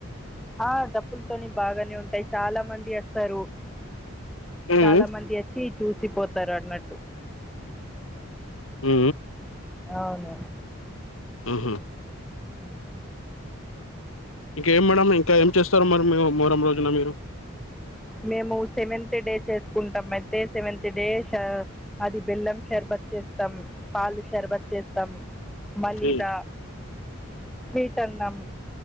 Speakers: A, in the centre; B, on the left.
A: ఆ డప్పులతోని బాగానే ఉంటాయి చాలా మంది వస్తారు
B: ఉమ్
A: చాలా మంది వచ్చి చూసిపోతారు అన్నట్టు
B: ఉ
A: అవును
B: ఉహు
A: మ్
B: ఇంక ఏం మేడంమ్ ఇంక ఏం చేస్తారు మరి మూరం రోజున మీరు
A: మేము సెవెంత్ డే చేసుకుంటాం అయితే సెవెంత్ డే అది బెల్లం షర్బత్ చేస్తాం పాలు శర్బత్ చేస్తాం మళ్ళీద
B: ఉమ్
A: స్వీట్ అన్నాం